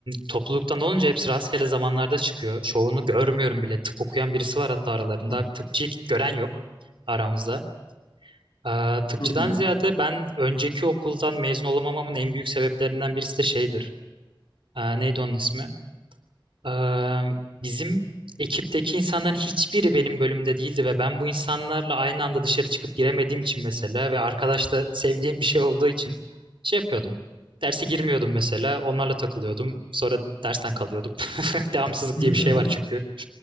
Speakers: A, on the right (about 75°); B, on the left (about 70°).
A: topluluktan olunca hepsi rastgele zamanlarda çıkıyor. Çoğunu görmüyorum bile. Tıp okuyan birisi var hatta aralarında.
B: Hah,
A: Bir tıpçıyı gören yok aramızda. Ee, tıpçıdan
B: çok iyi.
A: ziyade ben önceki okuldan mezun olamamamın en büyük sebeplerinden birisi de şeydir. Ee, neydi onun ismi? Eee, bizim ekipteki insanların hiçbiri benim bölümde değildi ve ben bu insanlarla aynı anda dışarı çıkıp giremediğim için mesela ve arkadaş da sevdiğim bir şey olduğu için şey yapıyordum. Derse girmiyordum mesela. Onlarla takılıyordum. Sonra dersten kalıyordum. <laughs> Devamsızlık
B: <laughs>
A: diye bir şey var çünkü.